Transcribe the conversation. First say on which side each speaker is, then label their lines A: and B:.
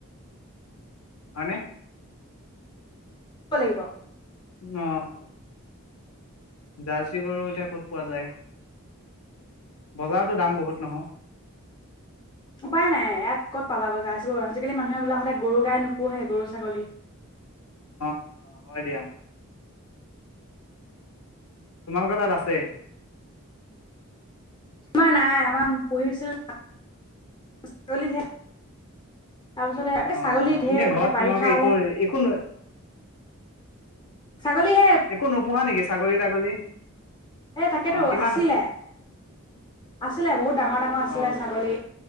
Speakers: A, on the left; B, on the left.
A: হয়নে?
B: কৰিব।
A: অহ। জাৰ্চি গৰু এতিয়া ক'ত পোৱা যায়, বজাৰতো দাম বহুত নহয়।
B: উপায় নাই ইয়াত ক'ত পাব গজা আজিবোৰ আজিকালি মানুহে বোলে সদায় গৰু গাই নু পুহে গৰু-ছাগলী।
A: অহ, হয দিয়া। তোমালোকৰ তাত আছে?
B: আমাৰ নাই আমাৰ পঢ়িছি <unintelligible> এই
A: অ',
B: ছাগলী
A: অ',
B: ধেৰ
A: এনে ঘৰত
B: মানে বাৰিষা
A: তোমালাকে
B: হলে
A: একো, একো,
B: ছাগলী সেই
A: একো নোপোহা নেকি ছাগলী তাগলী?
B: হে তাকেতো
A: অঁ কিমান
B: আছিলে আছিলে বহুত ডাঙৰ ডাঙৰ আছিলে
A: অঁ
B: ছাগলী